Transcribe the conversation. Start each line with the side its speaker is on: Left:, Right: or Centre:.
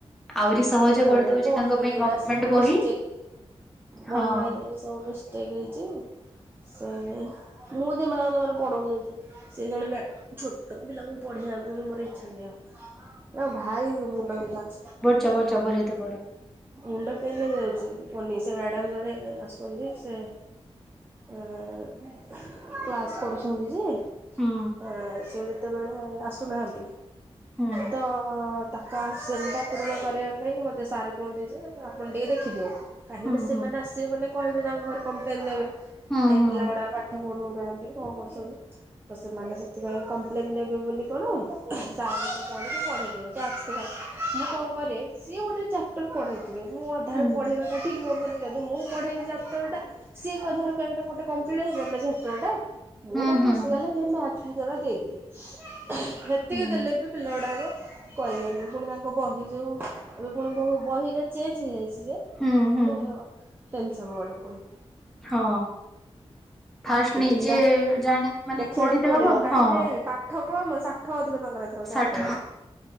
Centre: ଆହୁରି ସହଜ
Right: ଏବେ
Centre: କରିଦଉଛି
Right: ବହି
Centre: ତାଙ୍କ ପାଇଁ
Right: ଗୁଡା
Centre: ଗଭର୍ଣମେଣ୍ଟ
Right: ସବୁ
Centre: ବହି
Right: ମିଷ୍ଟେକ୍
Centre: ହଁ।
Right: ବହି ବାଦ ସବୁ ମିଷ୍ଟେକ୍ ହେଇଛି ସେ ମୁଁ ସେମାନେଙ୍କୁ ଜମାରୁ ପଢ଼ଉନି ଏତେ। ସେ ଜଣେ ମ୍ୟା ଛୋଟ ପିଲାଙ୍କୁ ପଢେଇବାକୁ ମୋର ଇଚ୍ଛା ନାହିଁ ଆଉ। ନା ଭାଇ ମୁଣ୍ଡ ବିିନ୍ଧା ଅଛି।
Centre: ଚବର ଚବର ହେଇତେ ପଡିବ।
Right: ମୁଣ୍ଡ ପେନ ହେଇଯାଉଛି କହନି ସେ ମ୍ୟାଡାମ ଜଣେ ଆସନ୍ତି ସେ ଏଁ କ୍ଲାସ୍ କରୁଛନ୍ତି ଯେ ଏଁ
Centre: ହୁଁ
Right: ସେ ଯେତେବେଳେ ଆସୁନାହାନ୍ତି।
Centre: ହୁଁ
Right: ତ ତାକ ଆସନଟା ପୂରଣ କରିବା ଭାଇମତେ ସାର୍ କୁହନ୍ତି ଯେ ଆପଣ ଟିକେ ଦେଖି ଦିଅନ୍ତୁ କାହିଁକିନା
Centre: ହୁଁ
Right: ସେମାନେ
Centre: ହୁଁ
Right: ଆସିବେ ମାନେ କହିବେ ତାଙ୍କ ଘରେ କମ୍ପ୍ଲେନ ଦେବେ
Centre: ହୁଁ
Right: କାଇଁ
Centre: ହୁଁ
Right: ପିଲା ଗୁଡ଼ାକ ପାଠ ପଢାଉନାହାନ୍ତି କଣ କରୁଛନ୍ତି? ତ ସେମାନେ ସେଥିପାଇଁ କମ୍ପ୍ଲେନ୍ ଦେବେବୋଲି କଣ ସାର୍ ମୋତେ <inaudible> ପଢ଼େଇ ଦିଅନ୍ତୁ। <inaudible> ମୁଁ କଣ କରେ? ସିଏ ଗୋଟେ ଚାପ୍ଟର ପଢ଼େଇଥିବେ ମୁଁ ଅଧାରୁ
Centre: ହୁଁ
Right: ପଢ଼େଇବାଟା ଠିକ୍ ହବନି। ଯଦି ମୁଁ ପଢ଼େଇବି ଚାପ୍ଟରଟା ସିଏ ବି ଅଧାରୁ ପ୍ୟାକଟା ଗୋଟେ କମ୍ପିଟ୍ ହେଵନିନା ଚାପ୍ଟରଟା। ମୁଁ
Centre: ହୁଁ
Right: ତାଙ୍କୁ
Centre: ହୁଁ
Right: ବେସିକାଲି ହେଇ ମ୍ୟାଥ ଫ୍ୟାଥ ଗୁରା ଦେଇଦିଏ। ହେତିକି
Centre: ହୁଁ
Right: ଦେଲେ ବି ପିଲା ଗୁଡାକ କରିବେନି ପୁଣି ତାଙ୍କ ବହି ଯୋଉ ଏବେ ପୁଣି ବହୁ ବହିରେ ଚେଞ୍ଜ ହେଇଯାଇଛି ଯେ
Centre: ହୁଁ ହଁ
Right: ଗୋଟେ ଅ ଟେନ୍ସନ୍ ଗୋଟେ ପୁଣି।
Centre: ହଁ ଫାଷ୍ଟ
Right: ଏ
Centre: ନିଜେ
Right: ପିଲା
Centre: ଜାଣି ମାନେ
Right: ଦେଖିବାକୁ
Centre: ପଢିି ତ
Right: ପଡିବ
Centre: ହବ
Right: କାହିଁକି
Centre: ହଁ।
Right: ନାଇଁ ପାଠ କମ ସାଠ ଅଧିକ ତାଙ୍କର ଏଥର
Centre: ଷାଠ
Right: ଚାପ୍ଟର ଗୁଡା